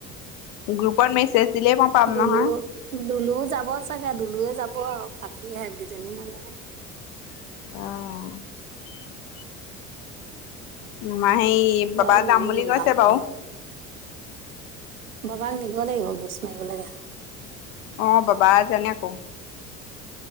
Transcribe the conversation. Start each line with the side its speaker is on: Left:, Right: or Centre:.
Left: গ্ৰুপত মেছেজ- দিলেই মই পাম নহয়।
Right: দুলু দুলু যাব চাগে, দুলুৱে যাব আৰু বাকী হে‍ঁত দুজনী নাযায়।
Left: অঁহ'। মা সেই বাবা
Right: বাৰু
Left: যাম
Right: ইও
Left: বুলি
Right: হ'ল
Left: কৈছে
Right: আৰু এতিয়া
Left: বাৰু।
Right: বাবাক নিব লাগিব গোছ মাৰিব লাগে।
Left: অঁ বাবা জানে ক।